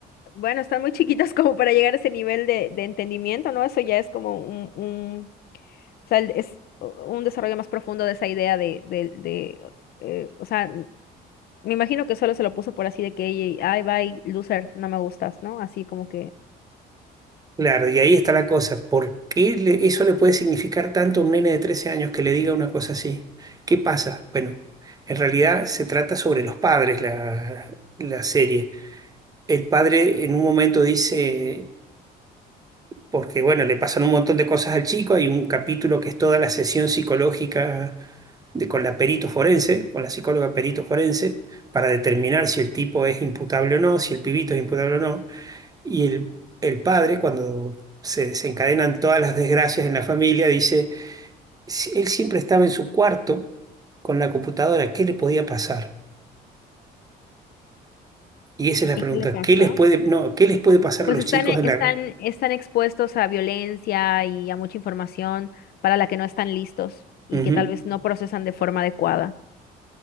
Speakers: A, on the left; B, on the right.
A: Bueno, están muy chiquitas como para llegar a ese nivel de, de entendimiento, ¿no? Eso ya es como un, un, o sea, el- es un desarrollo más profundo de esa idea de, de, de, eh, o sea, n- me imagino que solo se lo puso por así de que, "Ey, ay, bye, loser, no me gustas, ¿no? Así como que,
B: Claro, y ahí está la cosa. ¿Por qué le- eso le puede significar tanto a un nene de 13 años que le diga una cosa así? ¿Qué pasa? Bueno, en realidad se trata sobre los padres la, la serie. El padre en un momento dice, porque bueno, le pasan un montón de cosas al chico, hay un capítulo que es toda la sesión psicológica de, con la perito forense, con la psicóloga perito forense, para determinar si el tipo es imputable o no, si el pibito es imputable o no. Y el, el padre, cuando se desencadenan todas las desgracias en la familia, dice, "Si él siempre estaba en su cuarto con la computadora, ¿qué le podía pasar? Y esa es la
A: ¿y
B: pregunta,
A: qué le pasó?
B: ¿qué les puede, no, ¿qué les puede pasar
A: Pues
B: a los
A: están,
B: chicos
A: e-
B: en
A: están,
B: la...
A: están expuestos a violencia y a mucha información para la que no están listos y
B: Ujú.
A: que tal vez no procesan de forma adecuada.